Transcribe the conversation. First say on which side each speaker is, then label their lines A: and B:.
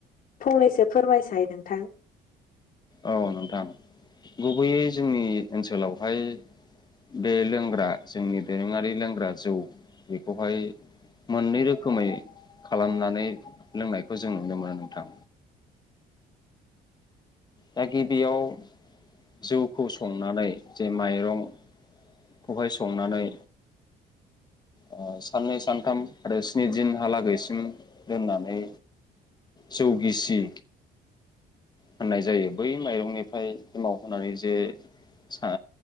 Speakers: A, on the left; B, on the left.
A: फंनैसो फोरमायसाय नोंथां
B: औ नोंथां गुबैयै जोंनि ओनसोलावहाय बे लोंग्रा जोंनि दोरोङारि लोंग्रा जौ बेखौहाय मोननै रोखोमै खालामनानै लोंनायखौ जों नुनो मोनो नोंथां दा गिबियाव जौखौ संनानै जे माइरं खौहाय संनानै ओ साननै सानथाम आरो स्नि दिनहालागैसिम दोननानै जौ गिसि होननाय जायो बै माइरंनिफ्राय एमाव होनानै जे सा